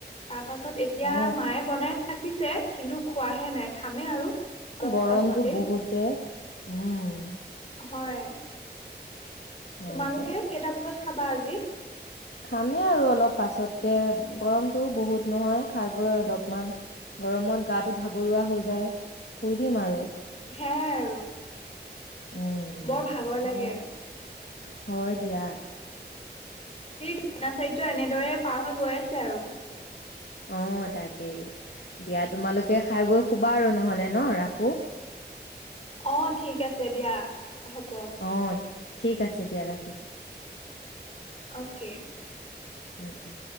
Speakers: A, on the left; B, on the left.
A: তাৰ পাছত এতিয়া
B: অ
A: মা এ বনাই আখিছে কিন্তু খোৱা হে নাই। খামেই আৰু। অলপ
B: গৰম
A: পাছতে
B: টো বিহুত জে। উম।
A: হয়।
B: হয়
A: তোমালোকে
B: দিয়া
A: কেইটা বাজত খাবা আজী?
B: খামেই আৰু অলপ পাছতকে। গৰমটো। বহুত নহয়, খাবই অলপমান। গৰমত গাটো ভাগৰুৱা হৈ যায়। শুই দিম আৰু।
A: সেইয়া আৰু।
B: উম
A: বৰ ভাগৰ
B: সেয়াই
A: লাগে।
B: হয় দিয়া। <inaudible>
A: দিনাচাৰ্য্য এনেদৰে পাৰহৈ গৈ আছে আৰু।
B: অ' তাকেই, দিয়া তোমালোকে খাই বৈ শুবা আৰু নহ'লে ন, ৰাখোঁ।
A: অ', ঠিক আছে দিয়া। হব।
B: অ ঠিক আছে দিয়া ৰাখিছোঁ।
A: অ'কে
B: উম, উম।